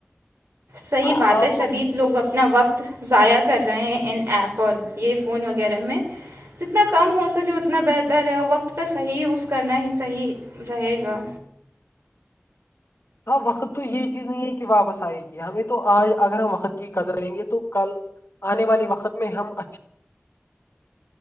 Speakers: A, on the right (about 85°); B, on the left (about 60°).
A: صحیح
B: ہاں
A: بات
B: آپ
A: ہے شدید
B: تو
A: لوگ اپنا وقت ضائع کر رہے ہیں ان ایپ اور یہ فون وغیرہ میں جتنا کم ہو سکے اتنا بہتر ہے اور وقت کا صحیح یوز کرنا ہی صحیح رہے گا
B: ہاں وقت تو یہ چیز نہیں ہے کہ واپس آئے گی ہمیں تو آج اگر ہم وقت کی قدر رہیں گے تو کل آنے والے وقت میں ہم اچھے